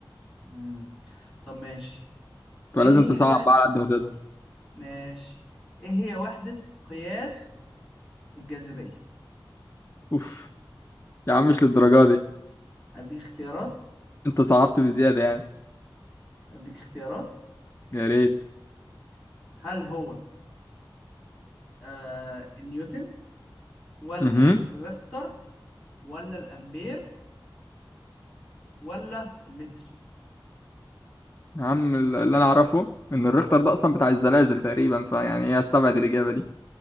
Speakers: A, in the centre; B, on the left (about 30°).
A: مم. طب ماشي
B: فلازم
A: ايه هي
B: تصعب
A: وحدة
B: بقى على قد ما تقدر
A: ماشي ايه هي وحدة قياس الجاذبية
B: اوف يا عم مش للدرجه دي
A: اديك اختيارات
B: انت صعبت بزياده يعني
A: اديك اختيارات
B: يا ريت
A: هل هو آه النيوتن ولا
B: اها
A: الريختر ولا الامبير ولا المتر
B: يا عم اللي انا اعرفه ان الريختر ده اصلا بتاع الزلازل تقريبا فيعني ايه استبعد الاجابه دي